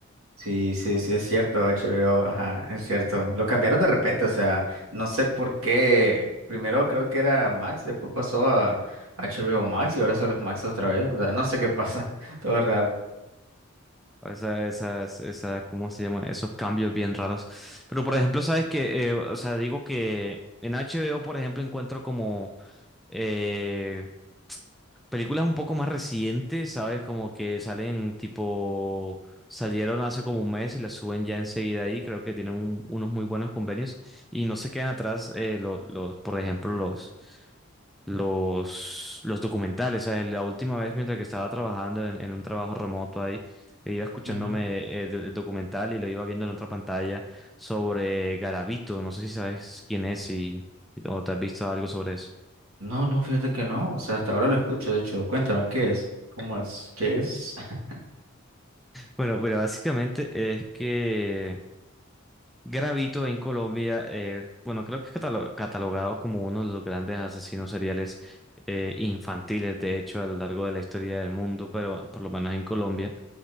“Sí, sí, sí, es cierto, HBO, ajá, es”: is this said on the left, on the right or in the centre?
Right